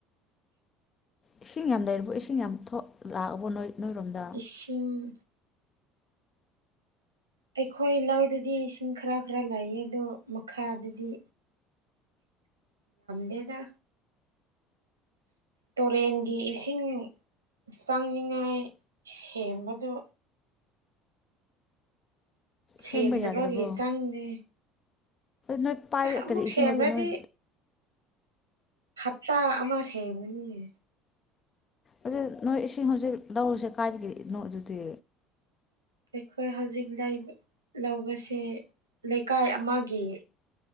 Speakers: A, on the left; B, on the right.
A: ꯏꯁꯤꯡ ꯌꯥꯝ ꯂꯩꯔꯕ ꯏꯁꯤꯡ ꯌꯥꯝ ꯊꯣꯛ ꯂꯥꯛꯑꯕ ꯅꯣꯏ ꯅꯣꯏꯔꯣꯝꯗ
B: ꯏꯁꯤꯡ ꯑꯩꯈꯣꯏ ꯂꯧꯗꯗꯤ ꯏꯁꯤꯡ ꯈꯔ ꯈꯔ ꯂꯥꯛꯑ ꯑꯗꯣ ꯃꯈꯥꯗꯗꯤ ꯗꯦꯗ ꯇꯨꯔꯦꯟꯒꯤ ꯏꯁꯤꯡ ꯏꯁꯤꯡ ꯆꯪꯅꯤꯉꯥꯏ ꯁꯦꯝꯕꯗꯨ ꯁꯦꯝꯅꯕꯒꯤ
A: ꯁꯦꯝꯕ ꯌꯥꯗ꯭ꯔꯕꯣ
B: ꯆꯪꯗꯦ
A: ꯅꯣꯏ ꯄꯥꯏꯕ
B: ꯑꯁ ꯑꯃꯨꯛ
A: ꯀꯔꯤꯩ ꯏꯁꯤꯡꯣꯗ
B: ꯁꯦꯝꯔꯗꯤ
A: ꯅꯣꯏ
B: ꯍꯞꯇꯥ ꯑꯃ ꯁꯦꯝꯦꯕꯅꯤ
A: ꯑꯗꯨ ꯅꯣꯏ ꯏꯁꯤꯡ ꯍꯧꯖꯤꯛ ꯂꯧꯔꯨꯁꯦ ꯀꯥꯏꯗꯒꯤꯅꯣ ꯑꯗꯨꯗꯤ
B: ꯑꯩꯈꯣꯏ ꯍꯧꯖꯤꯛ ꯂꯩ ꯂꯧꯕꯁꯦ ꯂꯩꯀꯥꯏ ꯑꯃꯒꯤ